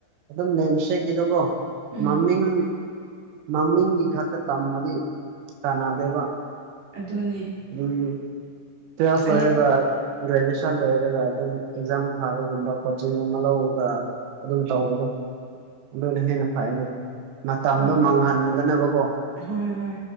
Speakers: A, on the right (about 80°); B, on the right (about 55°).
A: ꯑꯗꯨꯝ ꯅꯦꯝꯁꯦꯛꯀꯤꯗꯨꯀꯣ
B: ꯎꯝ
A: ꯃꯃꯤꯡ ꯃꯃꯤꯡ ꯒꯤ ꯈꯛꯇ ꯇꯝꯃꯗꯤ ꯀꯥꯟꯅꯗꯦꯕ
B: ꯑꯗꯨꯅꯦ
A: ꯎꯝ ꯇꯨꯌꯦꯜꯞ
B: ꯑꯩ
A: ꯂꯣꯏꯔꯒꯥ ꯒ꯭ꯔꯦꯖꯨꯑꯦꯁꯟ ꯂꯣꯏꯔꯒ ꯑꯗꯨꯝ ꯑꯦꯛꯖꯥꯝ ꯊꯥꯕꯒꯨꯝꯕ ꯀꯣꯆꯤꯡꯒꯨꯝꯕ ꯂꯧꯔꯒ ꯑꯗꯨꯝ ꯇꯧꯕꯗꯣ ꯑꯗꯨꯅ ꯍꯦꯟꯅ ꯐꯩꯩꯅ ꯃꯇꯝꯗꯣ
B: ꯎꯝ
A: ꯃꯥꯡꯍꯟꯗꯅꯕ
B: ꯍꯣꯏ ꯍꯣꯏ